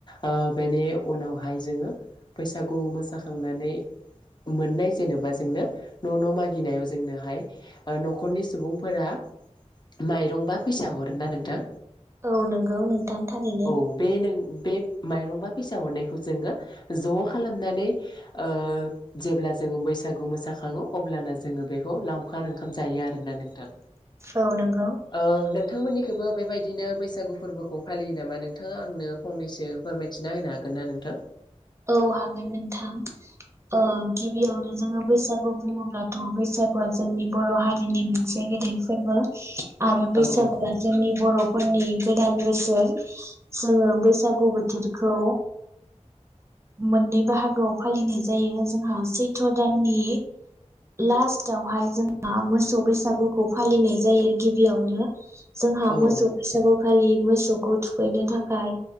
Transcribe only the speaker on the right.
औ नोंगौ नोंथां थारैनो
औ नोंगौ
औ हागोन नोंथां ओं गिबियावनो जोङो बैसागु बुङोब्लाथ बैसागुआ जोंनि बर' हारिनि मोनसे दै फोर्बो आरो
बैसागुआ
जोंनि बर' फोरनि गोदान बोसोर जोङो बैसागु बोथोरखौ मोननै बाहागोआव फालिनाय जायो जोंहा सैथ' दाननि लास्टावहाय जोंहा मोसौ बैसागुखौ फालिनाय जायो गिबियावनो जोंहा
मोसौ
बैसागु फालियो मोसौखौ थुखैनो थाखाय